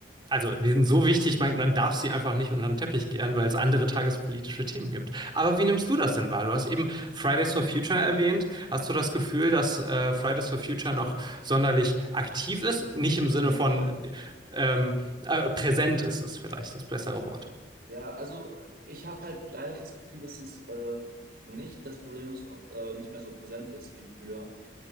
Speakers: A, on the right; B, on the right.
A: also die sind so wichtig, man, man darf sie einfach nicht unter den Teppich kehren, weil es andere tagespolitische Themen gibt. Aber wie nimmst du das denn wahr? Du hast eben Fridays for Future erwähnt. Hast du das Gefühl, dass äh, Fridays for Future noch sonderlich aktiv ist? Nicht im Sinne
B: Nee,
A: von ähm, äh, präsent ist es vielleicht das bessere Wort.
B: ja, also ich habe halt leider das Gefühl, dass es äh, nicht das Problem ist, äh, nicht mehr so präsent ist wie früher.